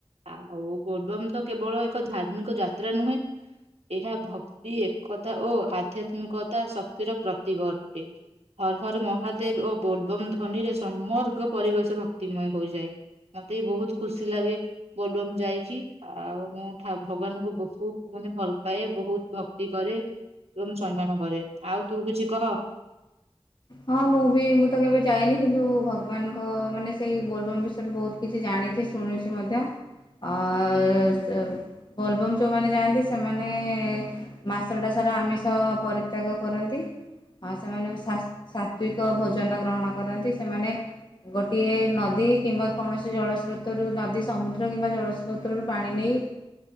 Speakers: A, on the right; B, on the left.
A: ଆଉ ବୋଲବମ୍ ତ କେବଳ ଏକ ଧାର୍ମିକ ଯାତ୍ରା ନୁହେଁ। ଏହା ଭକ୍ତି ଏକତା ଓ ଆଧ୍ୟାତ୍ମିକତା ଶକ୍ତିର ପ୍ରତୀକ ଅଟେ ହର ହର ମହାଦେବ ଓ ବୋଲବମ ଧ୍ୱନିରେ ସମର୍ଗ ପରିବେଶ ଭକ୍ତିମୟ ହୋଇଯାଏ ମତେ ବି ବହୁତ ଖୁସି ଲାଗେ ବୋଲବମ ଯାଇକି ଆଉ ମୁଁ ଠା ଭଗବାନଙ୍କୁ ବହୁତ। ନେ ଭଲ ପାଏ ବହୁତ ଭକ୍ତି କରେ ଏବଂ ସମ୍ମାନ କରେ ଆଉ ତୁ କିଛି କହ।
B: ହଁ ମୁଁ ବି ମୁଁ ତ କେବେ ଯାଇନି କିନ୍ତୁ ଭଗବାନଙ୍କ ମାନେ ସେଇ ବୋଲବମ୍ ବିଷୟରେ ବହୁତ କିଛି ଜାଣିଛି ଶୁଣିଛି ମଧ୍ୟ ଅ-ଅ-ଅ ବୋଲବମ୍ ଯେଉଁମାନେ ଯାଆନ୍ତି ସେମାନେ ମାସ ଟା ସାରା ଆମିଷ ପରିତ୍ୟାଗ କରନ୍ତି ଆଉ ସେମାନେ ଶା ସାତ୍ଵିକ ଭୋଜନ ଗ୍ରହଣ କରନ୍ତି ସେମାନେ ଗୋଟିଏ ନଦୀ କିମ୍ବା କୌଣସି ଜଳସ୍ରୋତରୁ ନଦୀ ସମୁଦ୍ର କିମ୍ବା ଜଳସ୍ରୋତ୍ରରୁ ପାଣି ନେଇ